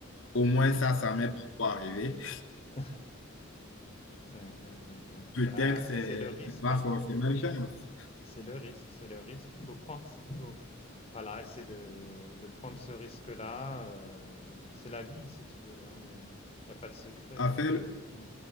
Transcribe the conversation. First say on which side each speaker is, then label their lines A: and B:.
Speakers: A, on the left; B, on the left.
A: Au moins,
B: ah oui.
A: ça, ça m'est pas encore arrivé.
B: <laughs> Ouais, ouais, ouais, ouais.
A: Peut-être
B: Bah, c'est
A: c'est
B: c'est le risque,
A: c'est pas
B: hein.
A: forcément une
B: Ouais.
A: chance.
B: C'est le risque, c'est le risque. Il faut prendre, il faut, Voilà, essayer de, de prendre ce risque-là. euh, c'est la vie, si tu veux. hein. Il n'y a, y a pas de secret.
A: À
B: hein.
A: faire,
B: Mm.